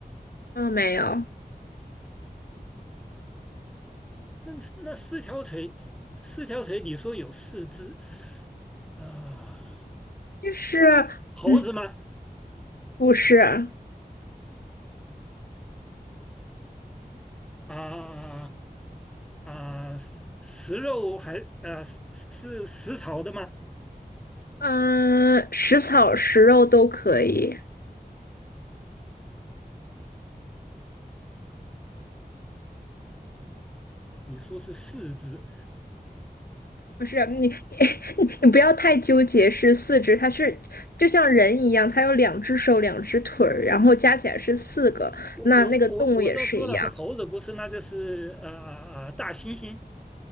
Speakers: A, on the left (about 70°); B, in the centre.
A: 嗯、没有，
B: 那那四条腿，四条腿，你说有四只啊、
A: 就是，
B: 猴子吗？
A: 嗯，不是，
B: 啊啊，食食肉还呃是是食草的吗？
A: 嗯，食草食肉都可以。
B: 你说是四只，
A: 不是你，<laughs> 你你不要太纠结是四肢，它是就像人一样，它有两只手、两只腿儿，然后加起来是四个。
B: 我我我我都说了是猴子，
A: 那那个动物也是一样。
B: 不是那就是呃呃大猩猩，